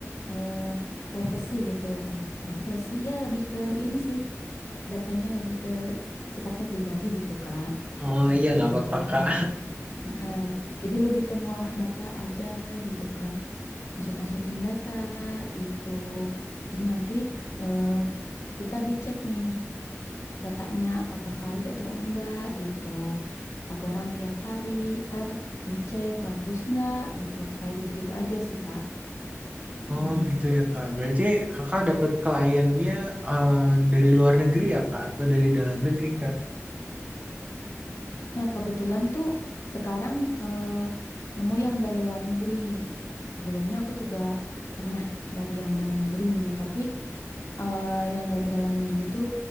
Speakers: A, on the left; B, on the right.
A: eh, privacy gitu. Eh, privacy ya lebih ke ini sih, datanya lebih ke sifatnya pribadi gitu, Kak.
B: Oh
A: Gitu
B: iya, nggak apa-apa
A: ceritanya.
B: Kak.
A: Hmm. Heeh. Jadi lebih ke ngolah data aja gitu, Kak. Masuk-masukin data gitu. Jadi nanti eh, kita dicek nih datanya apakah valid atau enggak gitu. Laporan tiap hari, ntar dicek bagus enggak gitu. Kayak gitu-gitu aja sih, Kak. Mm.
B: Oh gitu ya Kak. Berarti Kakak dapat kliennya eh, dari luar negeri ya Kak, atau dari dalam negeri Kak?
A: Nah, kebetulan tuh sekarang eh, nemu yang dari luar negeri. Sebelumnya aku juga pernah dari yang dalam negeri nih, tapi eh, yang dari dalam negeri itu